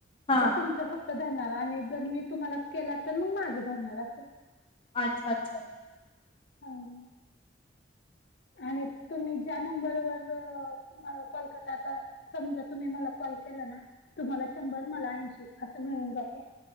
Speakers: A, on the left; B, on the left.
A: हा
B: ते तुमच फत. तर धरणार आणि जर मी तुम्हाला केला तर मग माझे धरणार अस.
A: अच्छा! अच्छा!
B: हा. आणि तुम्ही ज्या नंबरवर म कॉल करता आता समजा तुम्ही मला कल. के ना तुम्हाला शंभर मला ऐशी अस मिळून जाते.